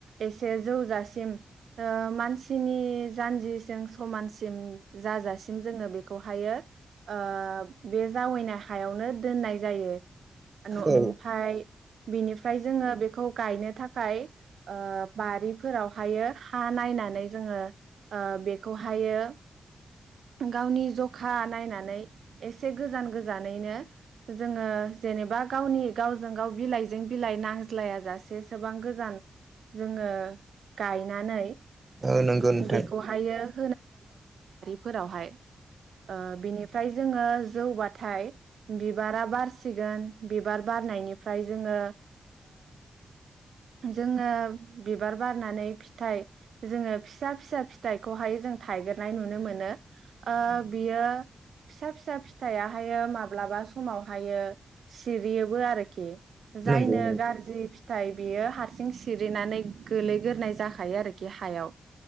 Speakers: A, on the right (about 80°); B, on the right (about 35°).
A: एसे जौजासिम ओ मानसिनि जानजिसिम समानसिम जाजासिम जोङो बेखौहायो ओ बे जावैनाय हायावनो दोननाय जायो। ओमफ्राय
B: औ
A: बेनिफ्राय जोङो बेखौ गायनो थाखाय ओ बारिफोरावहायो हा नायनानै जोङो ओ बेखौहायो गावनि जखा नायनानै एसे गोजान - गोजानैनो जोङो जेनेबा गावनि गावजों गाव बिलाइजों बिलाइ नांज्लाय जाासेसेबां गोजान जोङो गायनानै।
B: औ नंगौ नोंथां
A: बारिफ। फोरावहाय। ओ‌‌ बिनि ओमफ्राय जोङो जौबाथाय बिबारा बारसिगोन बिबार बारनायनिफ्राय जोङो जोङो ओ। बिबार बारनानै फिथाइ जोङो फिसा फिसा फिथाइखौहाय जों थाइगेरनाय नुनो मोनो। ओ बियो फिसा - फिसा फिथाइाहायो माब्लाबा समावहायो सिरियोबो आरोखि। जायनो
B: नंगौ नंगौ
A: गाज्रि नाथाय बियो हारसिं सिरिनानै गोलैग्रोनाय जाखायो आरोखि हायाव।